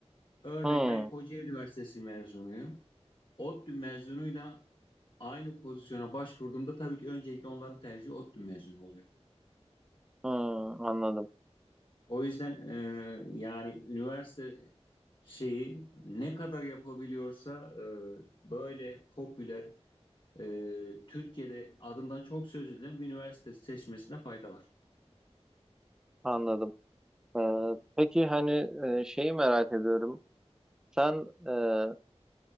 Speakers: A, on the left (about 45°); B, in the centre.
A: Örneğin
B: Hı,
A: ben Kocaeli Üniversitesi mezunuyum. ODTÜ mezunuyla aynı pozisyona başvurduğumda tabii ki öncelikle onların tercihi ODTÜ mezunu oluyor.
B: hı, anladım,
A: O yüzden e, yani üniversite şeyi ne kadar yapabiliyorsa e, böyle popüler e, Türkiye'de adından çok söz edilen bir üniversite seçmesine fayda var.
B: anladım. E, peki hani e, şeyi merak ediyorum. Sen e,